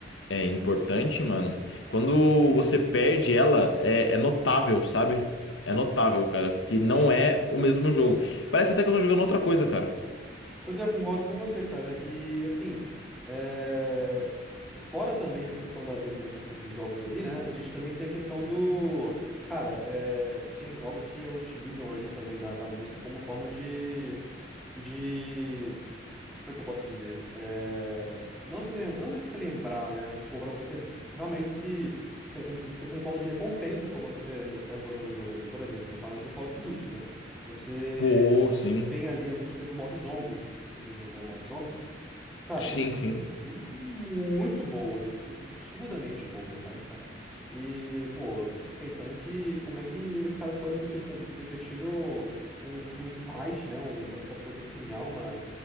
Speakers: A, on the left; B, in the centre.
A: é, importante, mano. Quando você perde ela, é, é notável, sabe? É notável, cara. Que
B: Sim.
A: não é o mesmo jogo. Parece até que eu tô jogando outra coisa, cara.
B: Pois é, eu concordo com você, cara. E assim, é, fora também da questão da, da ambientação dos jogos ali, né? A gente também tem a questão do. Cara, é, tem jogos que utilizam ali também da, da música como forma de, de como é que eu posso dizer? É, Não se lembra, não é que se lembrar, né? Mas, pô, pra você tipo, realmente se, se- se- ter como forma de recompensa por você ter, tá jogando o jogo ali. Por exemplo, o caso do Call of Duty, né? Você
A: Pô, sim.
B: tem ali as músicas do modo zombies, não sei se você já jogou o modo zombies. Só que, cara,
A: Sim,
B: são músicas,
A: sim.
B: assim, muito boas, assim, absurdamente boas, sabe, cara? E, pô, eu fico pensando que como é que os caras podem ter tido, tanto- ter ter tido um, um insight, né? Um, pra, pra poder criar uma